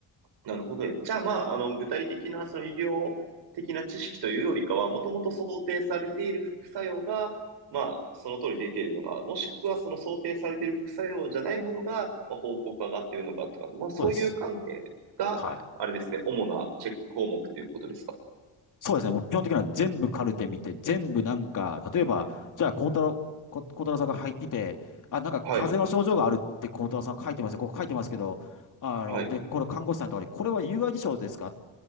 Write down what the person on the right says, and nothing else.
なるほどね。じゃあ、まあ、あの、具体的な、その医療的な知識というよりかは、もともと想定されている副作用が、まあ、その通り出ているのか、もしくはその想定されている副作用じゃないものが、まあ、報告上がっているのかとか、まあ、そういう観点が、
あれですね、主なチェック項目ということですか。
はい、
はい、